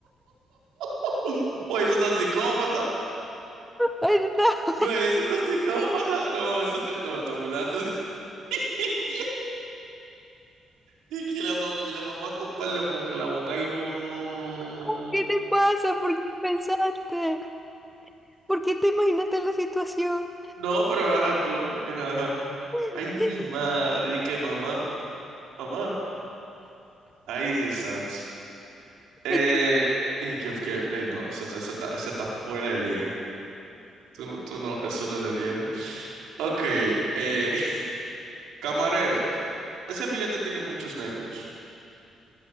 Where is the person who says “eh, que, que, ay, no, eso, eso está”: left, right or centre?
Right